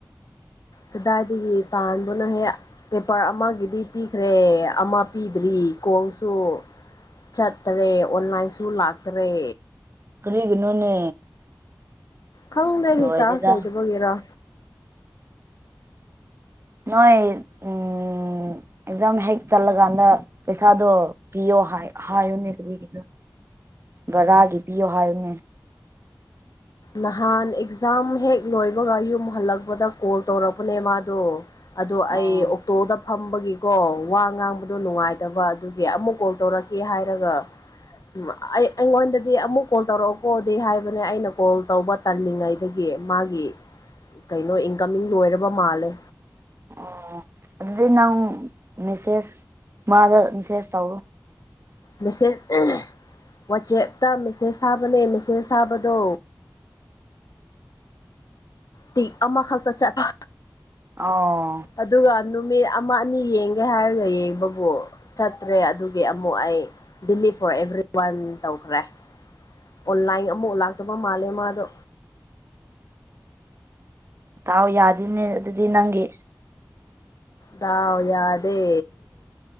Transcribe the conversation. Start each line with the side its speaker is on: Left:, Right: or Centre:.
Left: ꯀꯗꯥꯏꯗꯒꯤ ꯇꯥꯟꯕꯅꯣꯍꯦ ꯄꯦꯄꯔ ꯑꯃꯒꯤꯗꯤ ꯄꯤꯈ꯭ꯔꯦ ꯑꯃ ꯄꯤꯗ꯭ꯔꯤ ꯀꯣꯜꯁꯨ ꯆꯠꯇꯔꯦ ꯑꯣꯟꯂꯥꯏꯟꯁꯨ ꯂꯥꯛꯇꯔꯦ
Right: ꯀꯔꯤꯒꯤꯅꯣꯅꯦ
Left: ꯈꯪꯗꯦ
Right: ꯂꯣꯏꯔꯦꯗ
Left: ꯔꯤꯆꯥꯔꯖ ꯂꯩꯇꯕꯒꯤꯔꯥ
Right: ꯅꯣꯏ ꯎꯝ ꯎꯝ ꯑꯦꯛꯖꯥꯝ ꯍꯦꯛ ꯆꯜꯂꯀꯥꯟꯗ ꯄꯩꯁꯥꯗꯣ ꯄꯤꯌꯣ ꯍꯥꯏ ꯍꯥꯏꯌꯨꯅꯦ ꯀꯔꯤꯒꯤꯅꯣ ꯕꯔꯥꯒꯤ ꯄꯤꯌꯣ ꯍꯥꯏꯌꯨꯅꯦ
Left: ꯅꯍꯥꯟ ꯑꯦꯛꯖꯥꯝ ꯍꯦꯛ ꯂꯣꯏꯕꯒ ꯌꯨꯝ ꯍꯜꯂꯛꯄꯗ ꯀꯣꯜ ꯇꯧꯔꯛꯄꯅꯦ ꯃꯥꯗꯣ ꯑꯗꯣ
Right: ꯑꯣ
Left: ꯑꯩ ꯑꯣꯛꯇꯣꯗ ꯐꯝꯕꯒꯤꯀꯣ ꯋꯥ ꯉꯥꯡꯕꯗꯣ ꯅꯨꯡꯉꯥꯏꯇꯕ ꯑꯗꯨꯒꯤ ꯑꯃꯨꯛ ꯀꯣꯜ ꯇꯧꯔꯛ ꯀꯦ ꯍꯥꯏꯔꯒ ꯎꯝ ꯑꯩ ꯑꯩꯉꯣꯟꯗꯗꯤ ꯑꯃꯨꯛ ꯀꯣꯜ ꯇꯧꯔꯛꯑꯣꯀꯣ ꯗꯤ ꯍꯥꯏꯕꯅꯦ ꯑꯩꯅ ꯀꯣꯜ ꯇꯧꯕ ꯇꯜꯂꯤꯉꯩꯗꯒꯤ ꯃꯥꯒꯤ ꯀꯩꯅꯣ ꯏꯟꯀꯃꯤꯡ ꯂꯣꯏꯔꯕ ꯃꯥꯜꯂꯦ
Right: ꯑꯣ ꯑꯗꯨꯗꯤ ꯅꯪ ꯃꯦꯁꯦꯖ ꯃꯥꯗ ꯃꯦꯁꯦꯖ ꯇꯧꯔꯣ
Left: ꯃꯦꯁꯦꯖ ꯋꯥꯆꯦꯞꯇ ꯃꯦꯁꯦꯖ ꯊꯥꯕꯅꯦ ꯃꯦꯁꯦꯖ ꯊꯥꯕꯗꯣ ꯇꯤꯛ ꯑꯃꯈꯛꯇ ꯆꯠꯄ
Right: ꯑꯣ
Left: ꯑꯗꯨꯒ ꯅꯨꯃꯤꯠ ꯑꯃ ꯑꯅꯤ ꯌꯦꯡꯒꯦ ꯍꯥꯏꯔꯒ ꯌꯦꯡꯕꯕꯨ ꯆꯠꯇ꯭ꯔꯦ ꯑꯗꯨꯒꯤ ꯑꯃꯨꯛ ꯑꯩ ꯗꯦꯂꯤꯠ ꯐꯣꯔ ꯑꯦꯚ꯭ꯔꯤ ꯋꯥꯟ ꯇꯧꯈ꯭ꯔꯦ ꯑꯣꯟꯂꯥꯏꯟ ꯑꯃꯨꯛ ꯂꯥꯛꯇꯕ ꯃꯥꯜꯂꯦ ꯃꯥꯗꯣ
Right: ꯗꯥꯎ ꯌꯥꯗꯦꯅꯦ ꯑꯗꯨꯗꯤ ꯅꯪꯒꯤ
Left: ꯗꯥꯎ ꯌꯥꯗꯦ